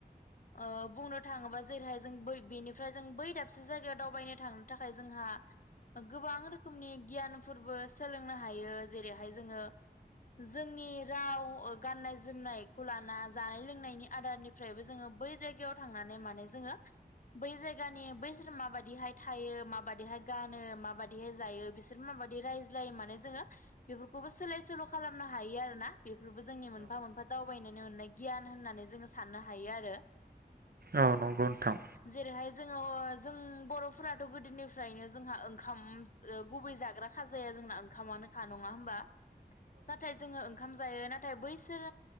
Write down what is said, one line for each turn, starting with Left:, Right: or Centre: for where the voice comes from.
Left: ओ बुंनो थाङोबा जेरैहाय जों बै बेनिफ्राय जों बै दाबसे जायगायाव दावबायनो थांनो थाखाय जोंहा गोबां रो खोमनि गियानफोरबो सोलोंनो हायो जेरैहाय जोङो, जोंनि राव ओ गाननाय जोमनायखौ लाना जानाय लोंनायनि आदारनिफ्रायबो जोङो बै जायगायाव थांनानै माने जोङो बै जायगानि बैसोर माबायदिहाय थायो माबायदिहाय गानो माबायदिहाय जायो बिसोर माबायदि रायज्लायो माने जोङो बेफोरखौबो सोलाय सोल' खालामनो हायो आरोना बेफोरबो जोंनि मोनफा मोनफा दावबायनानै मोननाय गियान होननानै जोङो साननो हायो आरो।
Right: औ नंगौ नोंथां
Left: जेरैहाय जोङो जों बर'फोराथ' गोदोनिफ्रायनो जोंहा ओंखाम ओ गुबै जाग्रा खाजाया जोंना ओंखामानोखा नङा होमबा? नाथाय जोङो ओंखाम जायो ना थाय बैसोर